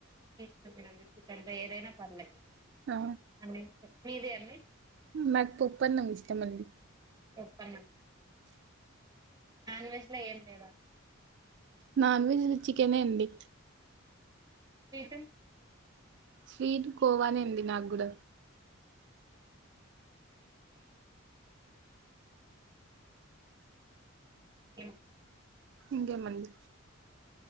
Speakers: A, on the right; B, on the right.
A: చెప్పండి కగా ఏదైనా పర్లేదు
B: ఆ
A: అన్న మీదే అండి
B: నాకు పప్పన్నం ఇష్టమండి
A: ఒప్పం నన్ వెెజ్ ఏ లేద
B: నాన్ వెజ్ చికెనే అండి
A: స్వీట్
B: స్వీట్ కోవానే అండి నాక్ గుడ
A: <inaudible>
B: ఇంకే మంది